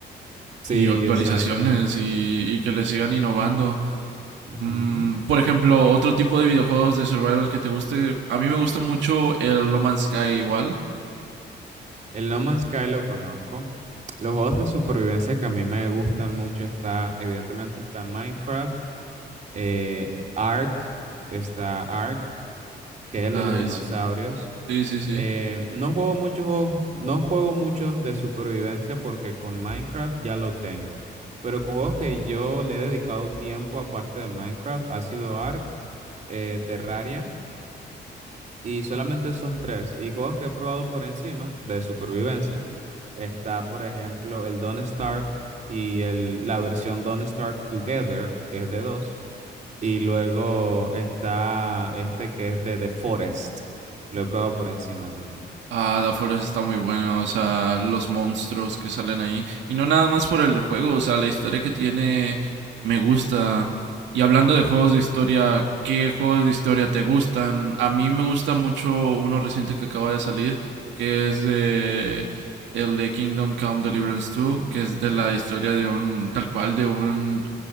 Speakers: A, on the right (about 40°); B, on the right (about 85°).
A: Sí,
B: y actualizaciones
A: exacto.
B: y, y que le sigan innovando.
A: Ujú.
B: Mm, por ejemplo, otro tipo de videojuegos de survival que te guste. A mí me gusta mucho el No Man's Sky igual.
A: El No Man's Sky lo conozco. Los juegos de supervivencia que a mí me gustan mucho está, evidentemente está Minecraft, eh, Ark, está Ark, que es el
B: Nice.
A: de los dinosaurios.
B: Sí, sí, sí.
A: Eh, no juego muchos juegos, no juego muchos de supervivencia porque con Minecraft ya lo tengo. Pero con juegos que yo le he dedicado tiempo aparte de Minecraft ha sido Ark, eh, Terraria. Y solamente esos tres. Y juegos que he probado por encima de supervivencia. Está, por ejemplo, el Don't Starve y el, la versión Don't Starve Together, que es de dos. Y luego está este que es de The Forest. Lo he probado por encima también.
B: Ah, The Forest está muy bueno, o sea, los monstruos que salen ahí. Y no nada más por el juego, o sea, la historia que tiene me gusta. Y hablando de juegos de historia, ¿qué juegos de historia te gustan? A mí me gusta mucho uno reciente que acaba de salir, que es de el de Kingdom Come Deliverance 2, que es de la historia de un, tal cual, de un,